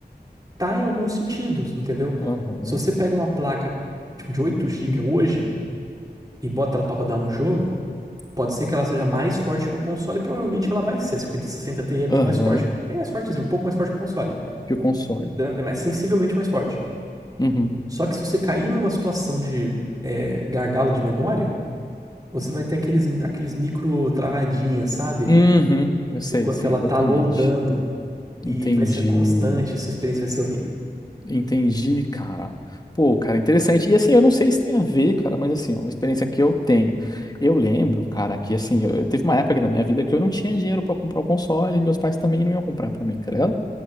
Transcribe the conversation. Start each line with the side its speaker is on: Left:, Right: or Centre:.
Right: tá em alguns sentidos, entendeu?
Left: Aham,
Right: Se você pega uma placa tipo, de 8 gigas hoje e bota ela pra rodar um jogo, pode ser que ela seja mais forte que o console, e provavelmente ela vai ser. A cinquenta sessenta Ti é bem
Left: aham,
Right: mais forte, bem mais forte assim, um pouco mais forte que o console.
Left: que o console.
Right: É mais- sensivelmente mais forte.
Left: Uhum,
Right: Só que se você cair em uma situação de é, gargalo de memória, você vai ter aqueles, aqueles micro travadinhas, sabe?
Left: uhum, eu sei,
Right: Enquanto
Left: sei
Right: ela
Left: exatamente.
Right: tá loadando.
Left: Entendi,
Right: E vai ser constante, sua experiência vai ser horrível.
Left: entendi, cara. Pô, cara, interessante. E assim, eu não sei se tem a ver, cara, mas assim, ó, uma experiência que eu tenho. Eu lembro, cara, que assim, eu, eu- teve uma época aqui na minha vida que eu não tinha dinheiro pra comprar o console e meus pais também não iam comprar pra mim, tá ligado?